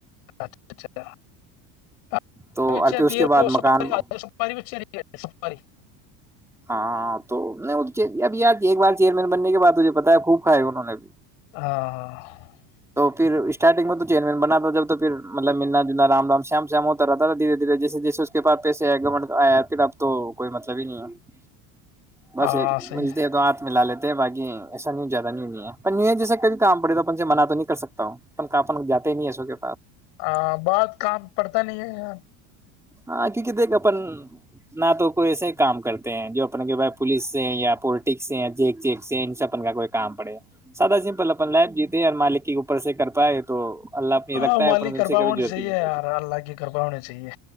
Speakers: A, on the left (about 75°); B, in the centre.
A: اچھا <unintelligible>
B: تو
A: اچھا
B: اور پھر اس کے بعد
A: ساری
B: مکان
A: ب ساری <unintelligible> <unintelligible>
B: ہاں تو نہیں وہ ابھی ایک بار چیئرمین بننے کے بعد مجھے پتا ہے خوب کھائے انہوں نے اب
A: ہاں ہاں
B: پھر اسٹارٹنگ میں تو چیئرمین بنا تھا جب تو پھر مطلب ملنا جلنا رام رام شم شم ہوتا رہتا تھا دھیرے دھیرے جیس جیسے اس کے پاس پسے آئے گمٹ آیا پھر اب تو کوئی مطلب ہی نہیں ہے بس
A: ہاں صحیح
B: ملتے
A: ہے
B: ہیں تو ہاتھ م ل لیتے باقی ایسا نیو زیادہ نیو نہیں ہے پنویں جس سے کب تم بڑے تو سے مناات تو نہیں کر سکتا ہوںپن جاتے نہیں ای سو کہ
A: ہاں بات کام پڑتا نہیں ہے یار
B: ہاں کیونکہ دیکھ اپن نہ تو کوئی ایسے ہی کام کرتے ہیں جو اپنے کے ب پولس سے یا پولٹکس سے یا جیک چیک سے ان سب اپن کا کوئی کام پڑے سادا سمپل اپن لائف ج مالک کے اوپر سے کر پائے تو اللہ اپنی
A: ہاں
B: رکھتا
A: مالی
B: ہے اپن ان
A: کرپا
B: سے کبھی
A: ہونی
B: ضرورت
A: چاہیے
B: بھی نہیں پڑتی
A: یار اللہ کی کرپا ہونی چاہیے